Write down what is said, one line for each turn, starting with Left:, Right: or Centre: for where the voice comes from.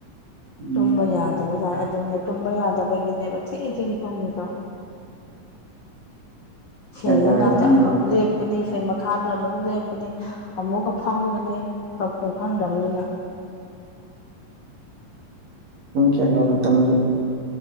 Right: ꯎꯝ
Left: ꯇꯨꯝꯕ ꯌꯥꯗꯕ ꯖꯥꯠ ꯑꯗꯨꯅꯦ ꯇꯨꯝꯕ ꯌꯥꯗꯕꯒꯤꯅꯦꯕ ꯊꯦꯡ ꯊꯦꯡꯅ ꯇꯨꯝꯃꯤꯗꯣ ꯐꯦꯟ
Right: ꯀꯌꯥ ꯀꯌꯥꯗꯒ
Left: ꯃꯅꯥꯛꯇ
Right: ꯇꯨꯝꯃꯤꯅꯣ
Left: ꯑꯃꯨꯛ ꯂꯦꯞ ꯀ ꯐꯦꯟ ꯃꯈꯥꯗ ꯑꯃꯨꯛ ꯂꯦꯞꯀꯅꯤ ꯑꯃꯨꯛꯀ ꯐꯝꯒꯅꯤ ꯇꯧꯐꯝ ꯈꯪꯗꯕꯅꯤꯅ
Right: ꯄꯨꯡ ꯀꯌꯥ ꯀꯌꯥꯗ ꯇꯨꯝꯒꯦ